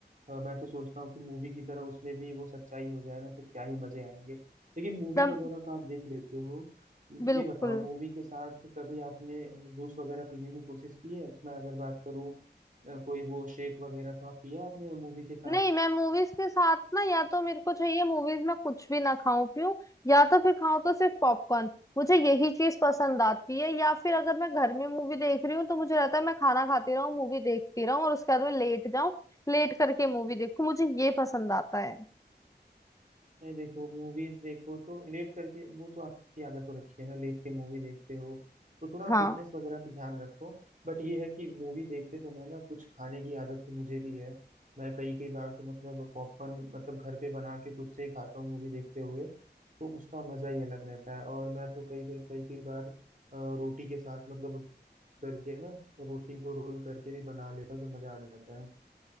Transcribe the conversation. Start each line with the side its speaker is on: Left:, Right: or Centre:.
Right: अ, मैं तो सोचता हूँ कि मूवी की तरह उसमें भी वो सच्चाई हो जाए ना तो क्या ही मजे आएंगे लेकिन मूवी
Left: दम
Right: वगैरह तो आप देख लेते हो ये
Left: बिल्कुल
Right: बताओ मूवी के साथ कभी आपने जूस वगैरह पीने की कोशिश की है मैं अगर बात करूँ अ, कोई वो शेक वगैरह तो आप पिया आपने मूवी के साथ
Left: नहीं मैं मूवीज के साथ ना या तो मेरे को चाहिए मूवीज में कुछ भी ना खाऊं पीऊं या तो फिर खाऊं तो सिर्फ पॉपकॉर्न मुझे यही चीज पसंद आती है या फिर अगर मैं घर में मूवी देख रही हूँ तो मुझे रहता है मैं खाना खाती रहूं मूवी देखती रहूं और उसके बाद में लेट जाऊं लेट करके मूवी देखूं मुझे ये पसंद आता है
Right: नहीं देखो मूवीज देखो तो लेट करके वो तो आपकी आदत हो रखी है ना लेट के मूवी देखते हो तो थोड़ा
Left: हाँ
Right: फिटनेस वगैरह पे ध्यान रखो बट ये है कि मूवी देखते समय ना कुछ खाने की आदत तो मुझे भी है मैं कई कई बार तो मतलब पॉपकॉर्न मतलब घर पे बना के खुद से ही खाता हूँ मूवी देखते हुए तो उसका मजा ही अलग रहता है और मैं तो कई कई कई कई बार अ, रोटी के साथ मतलब उस करके ना रोटी को रोल करके भी बना लेता हूँ तो मजा आ जाता है